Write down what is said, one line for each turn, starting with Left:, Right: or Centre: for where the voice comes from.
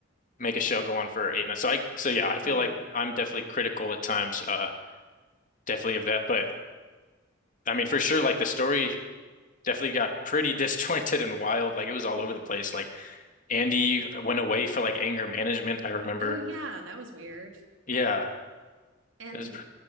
Left: make a show go on for eight nights. So I, so yeah, I feel
Right: Oh yeah.
Left: like I'm definitely critical at times, uh, definitely of that. But I mean, for sure, like the story definitely got pretty <laughs> disjointed and wild. Like it was all over the place. Like Andy went away for like anger management. I remember.
Right: Oh yeah, that was weird.
Left: Yeah.
Right: And
Left: It was,